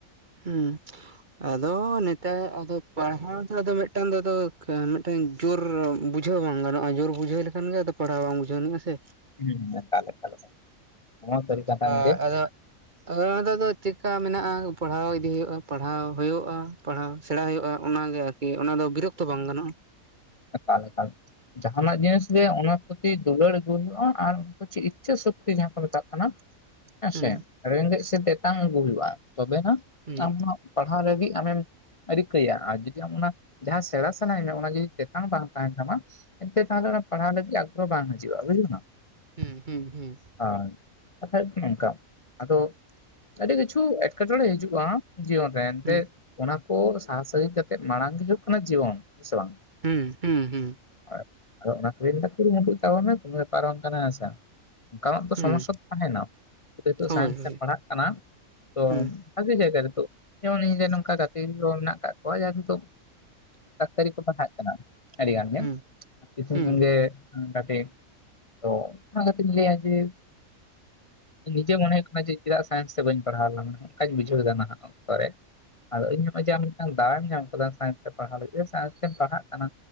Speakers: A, on the right (about 35°); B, on the left (about 30°).
A: ᱦᱩᱸ ᱟᱫᱚ ᱱᱮᱛᱟᱨ ᱟᱫᱚ ᱯᱟᱲᱦᱟᱣ ᱫᱚ ᱟᱫᱚ ᱢᱤᱫ ᱴᱟᱝ ᱫᱚ ᱟᱫᱚ ᱢᱤᱫ ᱴᱟᱝ ᱡᱳᱨ ᱵᱩᱡᱷᱟᱹᱣ ᱵᱟᱝ ᱜᱟᱱᱚᱜᱼᱟ ᱡᱳᱨ ᱵᱩᱡᱷᱟᱹᱣ ᱞᱮᱠᱷᱟᱱ ᱜᱮ ᱟᱫᱚ ᱯᱟᱲᱦᱟᱣ ᱵᱟᱝ ᱵᱩᱡᱷᱟᱹᱣ ᱟᱱᱤᱜᱼᱟ ᱥᱮ
B: <unintelligible> ᱱᱚᱣᱟ ᱥᱟᱹᱨᱤ ᱠᱟᱛᱷᱟ
A: ᱟ..
B: ᱜᱚᱝᱠᱮ
A: ᱟᱫᱳ ᱟ. ᱫᱟ. ᱫᱚ ᱪᱮᱠᱟ. ᱢᱮᱱᱟᱜᱼᱟ ᱯᱟᱲᱦᱟᱣ ᱤᱫᱤ ᱦᱩᱭᱩᱜᱼᱟ ᱯᱟᱲᱦᱟᱣ ᱦᱚᱭᱚᱜᱼᱟ ᱯᱟᱲᱦᱟᱣ ᱥᱮᱬᱟ ᱦᱚᱭᱚᱜᱼᱟ ᱚᱱᱟ ᱜᱮ ᱟᱨᱠᱤ ᱚᱱᱟ ᱫᱚ ᱵᱤᱨᱚᱠ ᱛᱚ ᱵᱟᱝ ᱜᱟᱱᱚᱜᱼᱟ
B: ᱮᱠᱟᱞ ᱮᱠᱟᱞ ᱡᱟᱦᱟ ᱱᱟᱜ ᱡᱤᱱᱤᱥ ᱜᱮ ᱚᱱᱟ ᱯᱚᱨᱛᱤ ᱫᱩᱞᱟᱹᱲ ᱟᱹᱦᱩᱭᱩᱜ-ᱟ ᱟᱨ ᱤᱪᱷᱟᱹ ᱥᱚᱠᱛᱤ ᱡᱟᱦᱟᱸ ᱠᱚ ᱢᱮᱛᱟᱜ ᱠᱟᱱᱟ ᱦᱮᱸᱥᱮ
A: ᱦᱩᱸ
B: ᱨᱮᱜᱮᱡ ᱥᱮ ᱛᱮᱛᱟᱝ ᱟ. ᱜᱩ ᱦᱩᱭᱩᱜ-ᱟ ᱛᱚᱵᱮ ᱦᱟᱜ
A: ᱦᱩᱸ
B: ᱟᱢ ᱦᱚᱢ..... ᱯᱟᱲᱦᱟᱣ ᱞᱟᱹᱜᱤᱫ ᱟᱢᱮᱢ ᱨᱤᱠᱟᱹᱭᱟ ᱟᱨᱤ ᱠᱤ ᱟᱢ ᱚᱱᱟ ᱡᱟᱦᱟᱸ ᱥᱮᱬᱟ ᱥᱟᱱᱟᱭᱮᱫ ᱢᱮᱭᱟ ᱚᱱᱟ ᱡᱩᱫᱤ ᱛᱮᱛᱟᱝ ᱵᱟᱝ ᱛᱟᱦᱮᱱ ᱛᱟᱢᱟ ᱮᱱᱛᱮ ᱛᱟᱦᱚᱞᱮ ᱚᱱᱟ ᱯᱟᱲᱦᱟᱣ ᱞᱟᱹᱜᱤᱫ ᱟ ᱛᱚ ᱵᱟᱝ ᱦᱮᱱᱤᱡ ᱵᱩᱡᱷᱟᱜ ᱠᱟᱱᱟ
A: ᱦᱩᱸ ᱦᱩᱸ
B: ᱟᱨ ᱠᱟᱛᱷᱟ ᱦᱩᱭᱩᱜ ᱠᱟᱱᱟ ᱱᱚᱝᱠᱟ ᱟᱫᱚ ᱟᱹᱰᱤ ᱠᱤᱪᱷᱩ ᱮᱴᱠᱮᱴᱚᱬᱮ ᱦᱤᱡᱩᱜ-ᱟ ᱡᱤᱭᱚᱱ ᱨᱮ ᱮᱱᱛᱮ
A: ᱦᱩᱸ
B: ᱚᱱᱟ ᱠᱚ ᱥᱟᱦᱟ ᱥᱟᱹᱜᱤᱧ ᱠᱟᱛᱮᱜ ᱢᱟᱲᱟᱝ ᱜᱮ ᱦᱩᱭᱩᱜ ᱠᱟᱱᱟ ᱡᱤᱭᱚᱱ ᱦᱮ ᱥᱮ ᱵᱟᱝ
A: ᱦᱩᱸ ᱦᱩᱸ ᱦᱩᱸ
B: ᱦᱳᱭ ᱟᱫᱚ ᱚᱱᱟ ᱛᱤᱜᱤᱧ ᱢᱮᱫᱟ ᱡᱮ ᱠᱩᱨᱩᱢᱩᱴᱩᱭ ᱛᱟᱵᱚᱱ ᱢᱮ ᱥᱚᱢᱚᱭ ᱯᱟᱨᱚᱢᱚᱜ ᱠᱟᱱᱟ ᱦᱮᱥᱮ ᱚᱱᱠᱟᱱᱟᱜ ᱛᱚ
A: ᱦᱩᱸ
B: ᱥᱚᱢᱚᱥᱭᱟ ᱛᱟᱦᱮᱱᱟ ᱱᱤᱛᱳᱜ
A: ᱦᱳᱭ
B: ᱥᱟᱭᱮᱱᱥ
A: ᱦᱳᱭ
B: ᱛᱮᱢ ᱯᱟᱲᱦᱟᱜ ᱠᱟᱱᱟ ᱛᱚ
A: ᱦᱩᱸ
B: ᱵᱷᱟᱜᱮ ᱡᱟᱭᱜᱟ ᱨᱮ ᱛᱚ ᱡᱮᱢᱚᱱ ᱤᱧ ᱨᱮᱱ ᱱᱚᱝᱠᱟ ᱜᱟᱛᱮ ᱜᱤᱫᱽᱨᱟᱹ ᱦᱚᱸ ᱢᱮᱱᱟᱜ ᱟᱠᱟᱜ.... ᱱᱚᱜ-ᱚᱭ ᱡᱟᱦᱟᱸ ᱱᱤᱛᱚᱜ ᱰᱟᱠᱛᱟᱨᱤ ᱠᱚ ᱯᱟᱲᱦᱟᱜ ᱠᱟᱱᱟ ᱟᱹᱰᱤ ᱜᱟᱱ ᱜᱮ
A: ᱦᱩᱸ
B: ᱠᱤᱪᱷᱩ
A: ᱦᱩᱸ
B: ᱢᱮᱱ ᱜᱮ <unintelligible> ᱛᱚ ᱚᱱᱟ ᱠᱟᱹᱴᱤᱡ ᱞᱟᱹᱭᱟ ᱡᱮ ᱱᱤᱡᱮ ᱢᱚᱱᱮ ᱦᱩᱭᱩᱜ ᱠᱟᱱᱟ ᱡᱮ ᱪᱮᱫᱟᱜ ᱥᱟᱭᱮᱱᱥ ᱛᱮ ᱵᱟᱹᱧ ᱯᱟᱲᱦᱟᱣ ᱞᱮᱱᱟ ᱚᱱᱠᱟᱧ ᱵᱩᱡᱷᱟᱹᱣ ᱮᱫᱟ ᱱᱟᱦᱟᱜ ᱚᱠᱛᱚ ᱨᱮ ᱟᱫᱚ ᱤᱱ ᱡᱚᱠᱷᱟᱱ ᱡᱟᱦᱟᱞᱮᱠᱟᱱ ᱫᱟᱣ ᱢᱮ ᱧᱟᱢ ᱟᱠᱟᱫᱟ ᱥᱟᱭᱮᱱᱥ ᱛᱮ ᱯᱟᱲᱦᱟᱣ ᱞᱟᱹᱜᱤᱫ ᱥᱟᱭᱮᱱᱥ ᱛᱮᱢ ᱯᱟᱲᱦᱟᱜ ᱠᱟᱱᱟ